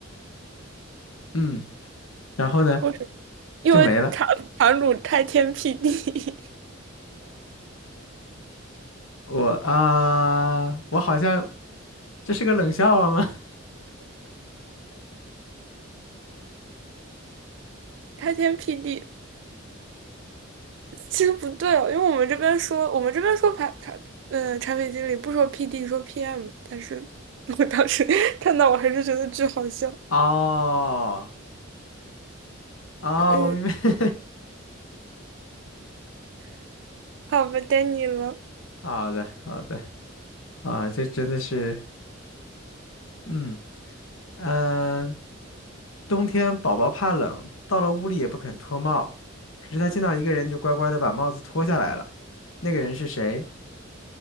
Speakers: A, on the left; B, on the right.
A: 嗯。然后呢
B: 为什么因为盘盘古开天辟地，
A: 就没了。我啊，我好像这是个冷笑话吗？
B: <laughs> 开天辟地。其实不对哦，因为我们这边说，我们这边说盘盘，嗯、产品经理不说 PD，说 PM。但是我当时 <laughs> 看到，我还是觉得巨好笑。
A: <laughs> 哦，哦，
B: 嗯，
A: 我明白。
B: 好吧，该你了。
A: <laughs> 好的，好的，啊，这真的是，嗯嗯、呃冬天宝宝怕冷，到了屋里也不肯脱帽，可是他见到一个人就乖乖的把帽子脱下来了。那个人是谁？